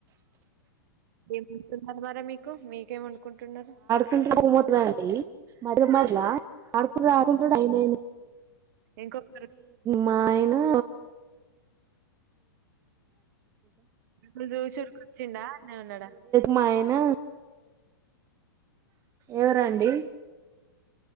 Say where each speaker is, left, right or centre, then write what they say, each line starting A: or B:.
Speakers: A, on the right (about 55°); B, on the right (about 25°).
A: ఏమంటున్నారు మరి మీకు మీకేమి వండుకుంటున్నారు.
B: తు <unintelligible> పోతాదండి అండి మధ్య మధ్యలో ఆడుకుంటాడు, ఆడుకుంటాడు. ఎందైంది
A: ఇంకొకరు
B: మా ఆయనా
A: నిన్ను జూషి ఉరికి ఒచ్చిండా ఆన్నే ఉన్నాడా
B: మాయనా ఎవరండి